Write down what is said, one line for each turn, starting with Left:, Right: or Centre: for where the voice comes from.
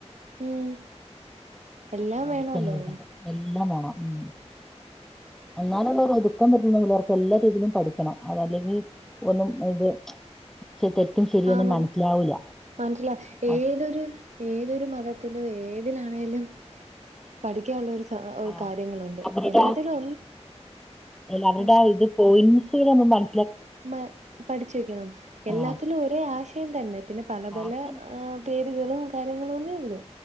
Right: ഉം എല്ലാം വേണൊല്ലോ
Centre: അടുത്ത് തന്നെ വിടുന്നുണ്ട് എല്ലാം വേണം ഉം എന്നാല <unintelligible> <unintelligible> പറ്റുന്ന പിള്ളേർക്ക് എല്ലാ രീതിയിലും പഠിക്കണം അതല്ലെങ്കി ഒന്നും ഇത് <unintelligible>
Right: ആന്ന്
Centre: മനസ്സിലാവൂല
Right: മനസിലാ
Centre: അത്
Right: ഏതൊരു ഏതൊരു മതത്തിലും ഏതിലാണേലും പഠിക്കാനുള്ള ഒരു സ ഒരു
Centre: അ
Right: കാര്യങ്ങളുണ്ട്
Centre: <unintelligible>
Right: എല്ലാത്തിലും
Centre: അവരുടെ
Right: ഒ ആ
Centre: ഇത് പോയിന്റ്സ്കൾ നമ്മ മന
Right: മ പഠിച്ച് വെക്കണം എല്ലാത്തിലും
Centre: ആ
Right: ഒരേ ആശയം തന്നെ പിന്നെ പല
Centre: ഭാഷ
Right: പല പേരുകളും കാര്യങ്ങളും ന്നേ ഉള്ളൂ